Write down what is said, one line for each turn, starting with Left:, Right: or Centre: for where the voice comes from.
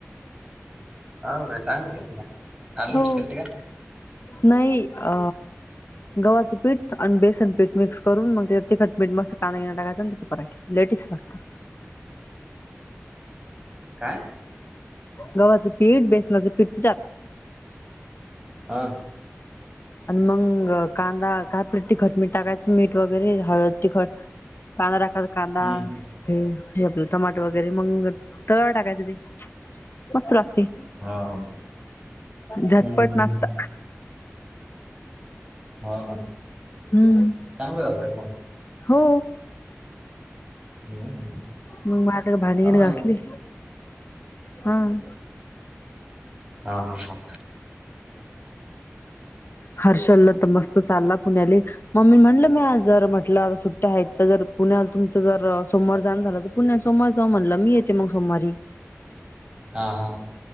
Right: हावं का चांगले केलते, <unintelligible>
Left: हो. नाही, अ गव्हाचं पीठ, आणि बेसन पीठ मिक्स करून मग त्या तिखट, मीठ मस्त कांदा बिंदा टाकायचा त्याची पराठी लय टेस्टी लागतं.
Right: काय?
Left: गव्हाचं पीठ, बेसनाचं पीठ त्याच्यात
Right: हा
Left: आणि मग कांदा काय आपलं तिखट, मीठ टाकाय मीठ वगैरे हळद, तिखट कांदा टाकत कांदा
Right: हम्म
Left: हे, हे आपलं टमाटं वगैरे मंग तव्यावर टाकायचं ते. मस्त लागते,
Right: हो हम्म
Left: झटपट
Right: हम्म
Left: नाश्ता
Right: हा ना
Left: हम्म्
Right: चांगलं झालत
Left: हो
Right: मग
Left: मग मग आता भांडी
Right: हो
Left: गिंडी
Right: मग
Left: घासली हम
Right: हा हा हा
Left: हर्षलला तर मस्त चालला पुण्याले म मी म्हटल, मी आज जर म्हटल सुट्ट्या आहेत तर, जर पुण्यात तुमच जर सोमवार जाण झाल तर पूढल्या सोमवार जाऊ म्हटल, मी येते मग सोमवारी
Right: हा हा